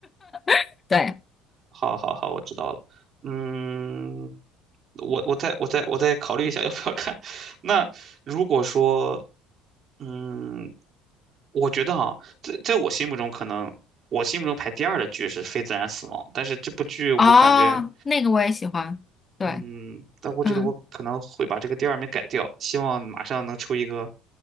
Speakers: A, on the left; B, on the right.
A: <laughs> 对，
B: 好好好，我知道了。嗯，我我再我再我再考虑一下要不要看。<laughs> 那如果说，嗯，我觉得哈、在在我心目中可能我心目中排第二的剧是《非自然死亡》，但是这部剧我感觉，
A: 哦，那个我也喜欢，对，
B: 嗯，但我觉得我可能会把这个第二名改掉，
A: 嗯。
B: 希望马上能出一个